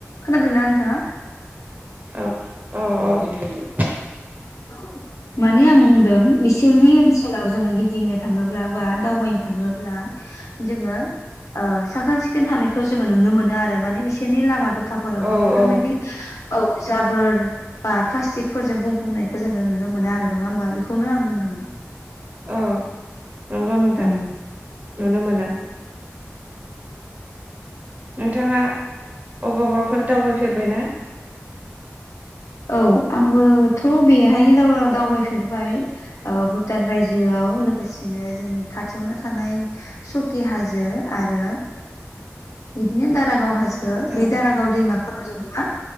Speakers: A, on the left (about 80°); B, on the right (about 35°).
A: खोनादों ना नोंथाङा
B: औ औ औ
A: औ माने आं बुंदों बिसोरनि ओनसोलाव जोङो गिदिंनो थाङोब्ला बा दावबायनो थाङोब्ला जोङो साखोन सिखोन थानायखौ जोङो नुनो मोनो आरो माने बिसोरनि लामाथ' रखवबो
B: औ
A: बेफोरबायदि
B: औ
A: औ जाबोर बा प्लाटिकफोरजों बुंफुंनाय जोङो नुनो मोना आरो नङा होमबा बेखौनो आं बुंदोंमोन
B: औ नंगौ नोंथां
A: उम,
B: नुनो मोनो नोंथाङा अबावबाफोर दावबायफेरबाय ना
A: औ आंबोथ' बेहायनो दावबायफेरबाय भुटान रायजोआव लोगोसेनो जोंनि खाथियावनो थानाय सकि हाजो आरो बिदिनो दारागाव हाजो
B: औ
A: बे दारागाव दैमाफोराव जेन'बा